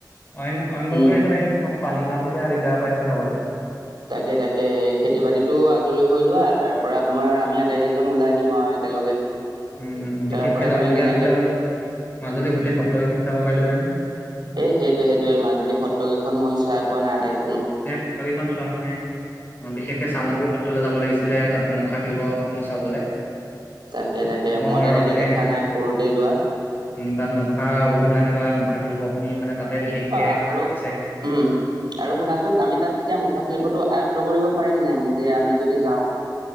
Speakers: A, on the left (about 30°); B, on the right (about 85°).
A: অইন অইন প্ৰব্লেম
B: উম
A: একো নাই পানীৰ কাৰণে এতিয়া দিগদাৰ পাই আছো যাবলৈ।
B: তাকে তাকে এই খেতি বাতিতো আজৰি হৈ লোৱা, তাৰ পৰা তোমাৰ আমি আটাইকেইজন ওলাই দিম আৰু এক। একেলগে।
A: উম উম, বিশেষকে
B: তাৰ পৰা
A: যাবলগীয়া
B: তুমি তেনেকে
A: আছিলে হ'লেও মাজুলী গোটেই সত্ৰকেইখন চাব পাৰিলোহেতেন।
B: সেই সেইটোয়ে সেইটোয়ে মাজুলী সত্ৰকেইখন মই চাই পোৱা নাই আটাইক
A: তেওঁক ফটোকিখন চোৱাওনে। উম, বিশেষকে চামুগুৰি সত্ৰলৈ যাব লাগিছিলে, তাত মুখা শিল্পসমূহ চাবলে।
B: তাকে তাকে,
A: অসমৰ
B: মই তেনেকে
A: মানে
B: দেখা নাই সৰুতে যোৱা।
A: উম তাত মুখা বহুত বনাই থকা হয়। মুখা শিল্প খিনি মানে তাতে বিশেষকে
B: অ আৰু
A: আছে। <inaudible>
B: উম আৰু শুনাচোন, আমি তাত তেতিয়া মুখাশিল্পটো আয়ত্ব কৰিব পাৰিম নাই, নিজে আমি যদি যাওঁ।